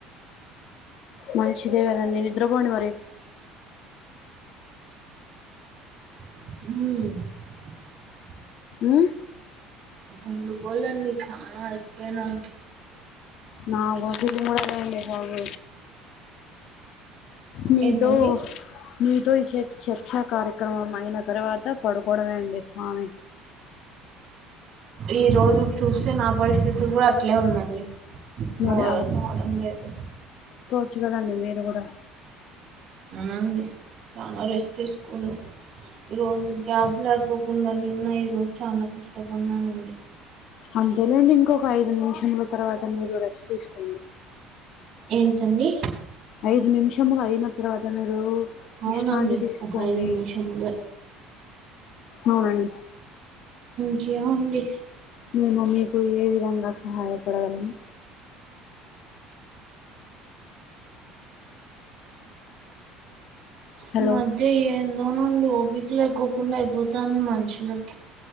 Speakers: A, on the left; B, on the right.
A: మంచిదేగదండి నిద్రపోండి మరి
B: హ
A: ఆ
B: పండుకొళ్ళండి చానా అలసిపోయినను
A: నా గుస కూడా ఉండండి బాబు మీతో
B: ఏంటండి
A: మీతో ఇ చర్చా కార్యక్రమం అయిన తర్వాత పడుకోవడమే అండి స్వామి
B: ఈ రోజు చూస్తే నా పరిస్థితి కూడా అట్లే ఉందండి మా
A: మరి
B: వాళ్ళ కావడం లేదు
A: మచ్చుగదండి మీరు కూడా
B: అవునండి చానా రెస్ట్ తీసుకోవల్ల ఈ రోజు గ్యాబ్ లేకోకుండా నిన్న ఈ రోజు చానా కష్టపన్నండి
A: అంతేలేండి ఇంకో ఐదు నిమిషముల తర్వాత మీరు రెస్ట్ తీసుకోండి
B: ఏంటండి
A: ఐదు నిమిషములు అయిన తర్వాత మీరు
B: అవునండి
A: విశ్రాంతి తీసుకోండి
B: ఒక ఐదు నిమిషములే
A: అవునండి
B: ఇంకేమండి
A: మీ మమ్మీకు ఏ విధంగా సహాయపడగలను హలో
B: ఈ మధ్య ఏందోనండి ఓపిక లేకోకుండా అయిపోతాంది మనుషులకి